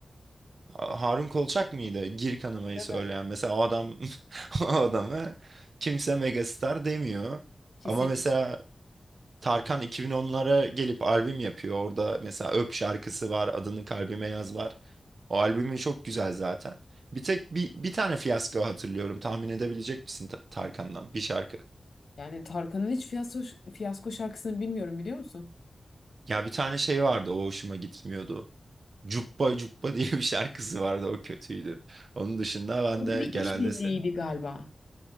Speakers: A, on the right; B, on the left.
A: Ha- Harun Kolçak mıydı? Gir kanamayı
B: Tabii.
A: söyleyen. Mesela o adam <laughs> o adamı kimse megastar demiyor.
B: Kesinlikle.
A: Ama mesela Tarkan 2010'lara gelip albüm yapıyor. Orada mesela Öp şarkısı var. Adını kalbime yaz var. O albümü çok güzel zaten. Bir tek bir, bir tane fiyasko hatırlıyorum. Tahmin edebilecek misin Ta- Tarkan'dan bir şarkı?
B: Yani Tarkan'ın hiç fiyasko, fiyasko şarkısını bilmiyorum biliyor musun?
A: Ya bir tane şey vardı o hoşuma gitmiyordu. Cuppa Cuppa diye bir şarkısı vardı o kötüydü. Onun dışında ben
B: O
A: de
B: da bir
A: genelde
B: işbirliğiydi
A: sev-
B: galiba.